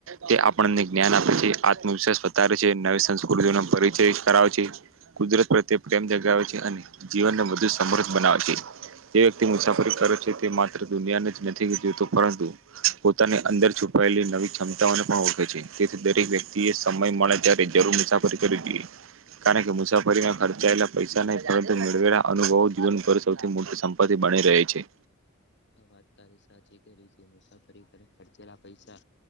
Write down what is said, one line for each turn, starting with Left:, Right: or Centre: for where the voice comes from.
Right: તે આપણને જ્ઞાન આપે છે આત્મવિશ્વાસ વધારે છે નવી સંસ્કૃતિનો પરિચય કરાવે છે કુદરત પ્રત્યે પ્રેમ જગાવે છે અને જીવનને વધુ સમૃદ્ધ બનાવે છે જે વ્યક્તિ મુસાફરી કરે છે તે માત્ર દુનિયાને જ નથી જોતો પરંતુ પોતાની અંદર છુપાયેલી નવી ક્ષમતાઓને પણ ઓળખે છે તેથી દરેક વ્યક્તિ એ સમય મળે ત્યારે જરૂર મુસાફરી કરવી જોઈએ કારણ કે મુસાફરીના ખર્ચ ખર્ચાયેલા પૈસા ને પરંતુ મેળવેલા અનુભવો જીવનભર સૌથી મોટી સંપત્તિ બની રહે છે
Left: હ વાત તારી સાચીતે મુસાફરી પર ખર્ચેલા પૈસા